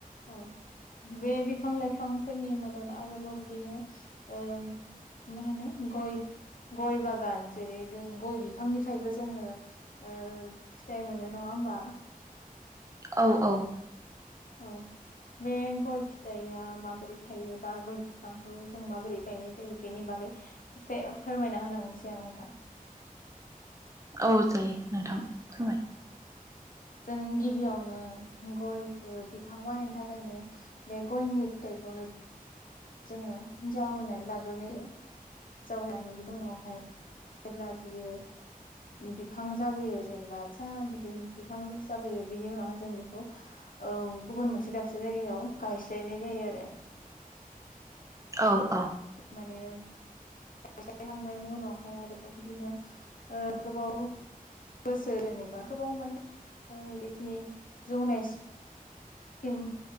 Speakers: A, on the left (about 65°); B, on the right (about 20°).
A: औ बे बिफां लाइफांफोरनि मादाव आरोबाव बिदिनो ओ मा होनो गय गय बागान जेरै गय बिफांनिफ्रायबो जोङो ओ फिथाइ मोनो नङा होमबा
B: औ औ
A: औ बे गय फिथाइया माबोरै थायो बा गय बिफांखौ जों माबोरै गायनाय जायो बेनि बागै एसे फोरमायना होलांसै आं नोंथां
B: औ जायो नोंथां फोरमाय
A: औ जों गिबियावनो गयखौ बिफां बानायनो थाखायनो बे गयनि फिथाइखौनो जोङो जावैनानै लाग्रोनायो जावैनानो बिनि उनावहाय जेब्ला बियो बिफां जाबोयो जेनेबा फिसा बिदिनो बिफां जाबोयो बेनि उनावहाय जों बेखौ ओ गुबुन मोनसे दाबसे जायगायाव गायस्लायनाय जायो आरो
B: औ
A: माने गायखांनायनि उनावहाय आरोबाव बिदिनो ओ गोबाव बोसोर जेनेबा गोबाव माने जिखिनि जौनायसि सिम